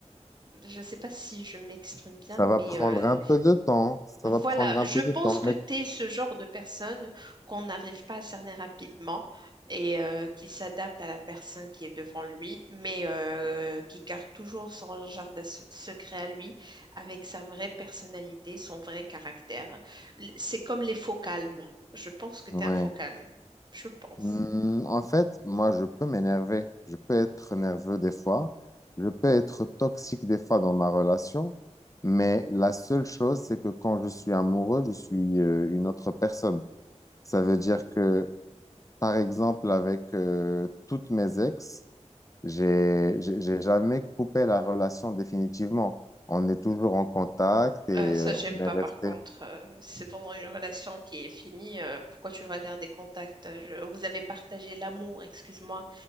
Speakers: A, on the right; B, on the left.
A: je ne sais pas si je m'exprime bien,
B: Ça
A: mais
B: va prendre
A: euh,
B: un peu de temps. Ça va prendre
A: voilà,
B: un
A: je
B: peu
A: pense
B: de temps,
A: que
B: mais...
A: tu es ce genre de personne qu'on n'arrive pas à cerner rapidement et euh, qui s'adapte à la personne qui est devant lui, mais euh, qui garde toujours son jardin se- secret à lui avec sa vraie personnalité, son vrai caractère. L- C'est comme les faux calmes. Je pense que tu
B: Ouais.
A: es un faux calme. Je pense.
B: Hmm, en fait, moi, je peux m'énerver. Je peux être nerveux des fois. Je peux être toxique des fois dans ma relation. Mais la seule chose, c'est que quand je suis amoureux, je suis euh, une autre personne. Ça veut dire que, par exemple, avec euh, toutes mes ex, j'ai, j'ai j'ai jamais coupé la relation définitivement. On est toujours en contact et
A: Euh, ça,
B: euh,
A: j'aime
B: on
A: pas
B: est resté.
A: par contre. Euh, c'est vraiment une relation qui est finie. euh, pourquoi tu vas garder contact? Je- vous avez partagé l'amour, excuse-moi,